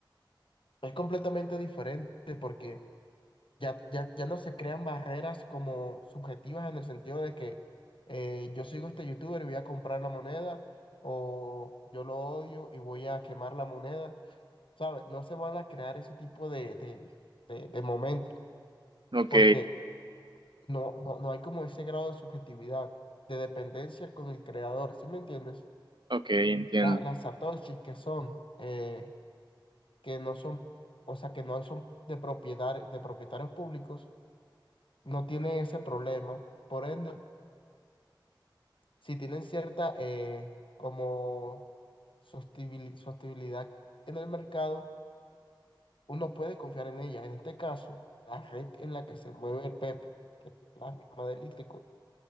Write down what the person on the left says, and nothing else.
Es completamente diferente porque ya, ya, ya no se crean barreras como subjetivas en el sentido de que eh, yo sigo a este youtuber y voy a comprar la moneda o yo lo odio y voy a quemar la moneda. ¿Sabes? No se van a crear ese tipo de, de, de, de momentos
porque No, no, no hay como ese grado de subjetividad, de dependencia con el creador, ¿sí me entiendes?
La- las satoshis que son, eh, que no son, o sea, que no son de propiedad, de propietarios públicos, no tienen ese problema. Por ende, si tienen cierta eh, como sostibili- sostenibilidad en el mercado, uno puede confiar en ella. En este caso, la red en la que se mueve el Pepe, que es la misma del Itico.